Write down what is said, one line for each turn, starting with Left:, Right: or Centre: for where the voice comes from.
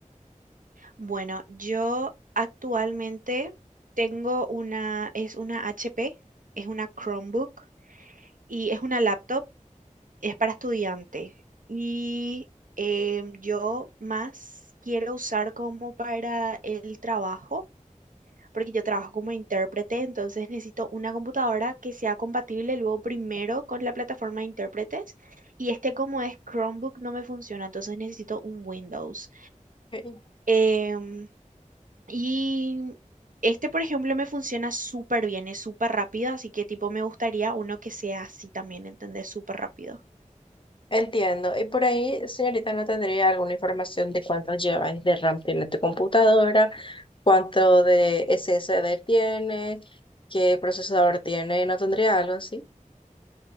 Right: Bueno, yo actualmente tengo una, es una HP, es una Chromebook y es una laptop, es para estudiante. Y em, yo más quiero usar como para el trabajo, porque yo trabajo como intérprete, entonces necesito una computadora que sea compatible luego primero con la plataforma de intérpretes. Y este como es Chromebook no me funciona, entonces necesito un Windows.
Left: Ok,
Right: Em, Y este, por ejemplo, me funciona súper bien, es súper rápido, así que tipo me gustaría uno que sea así también, ¿entendés? Súper rápido.
Left: Entiendo. Y por ahí, señorita, ¿no tendría alguna información de cuánto lleváis de RAM tiene tu computadora, cuánto de SSD tiene, qué procesador tiene? ¿No tendría algo así?